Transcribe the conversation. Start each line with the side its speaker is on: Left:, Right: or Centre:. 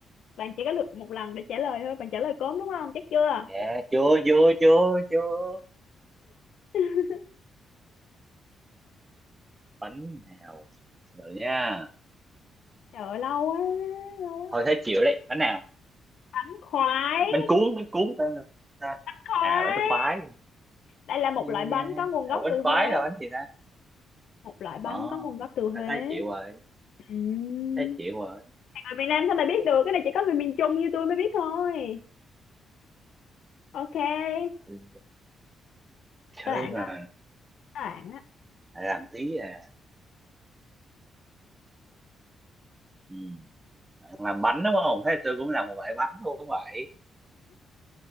Left: bạn chỉ có được một lần để trả lời thôi bạn trả lời cốm đúng không chắc chưa
Right: dạ chưa chưa chưa chưa
Left: <laughs>
Right: bánh nào rồi nha
Left: trời ơi, lâu quá lâu quá
Right: thôi thấy chịu đấy bánh nào
Left: bánh khoái
Right: bánh, bánh cuốn bánh cuốn phải không ta
Left: khoái
Right: à bánh khoái
Left: đây là một
Right: đây
Left: loại bánh
Right: à,
Left: có nguồn gốc
Right: Ủa, bánh
Left: từ Huế
Right: khoái là bánh gì ta
Left: một loại bánh
Right: ồ
Left: có nguồn gốc từ Huế
Right: à, thấy chịu rồi
Left: Ừm.
Right: thấy chịu rồi
Left: người miền Nam sao mày biết được cái này chỉ có người miền Trung như tôi mới biết thôi ok
Right: Ừ,
Left: các
Right: chơi
Left: bạn
Right: mà
Left: á các bạn á
Right: lại làm tí à ừ. làm bánh đúng không thế tôi cũng làm một loại bánh luôn vậy